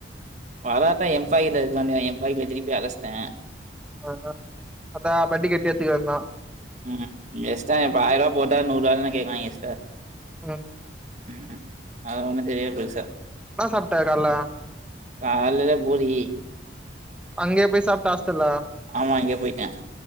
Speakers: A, on the right; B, in the centre.
A: வராட்ட எம்ஃபைலு <unintelligible> எம்ஃபைலு திருப்பி அடசிட்டே
B: ஆ அத பட்டி கட்டி எத்து கெந்தா
A: ம் எஸ்டா ப்ப ஆயரூபா போட்டா நூறுவா தானே கேக்காங்க எஸ்டா
B: ம்
A: ம் அது ஒன்னு தெரியாது பெருசா
B: என்ன சாப்ட்ட கால்ல
A: காலைல பூரி
B: அங்கயா போய் சாப்ட்ட ஆஸ்ப்த்ரில
A: ஆமா அங்க போய்ட்டே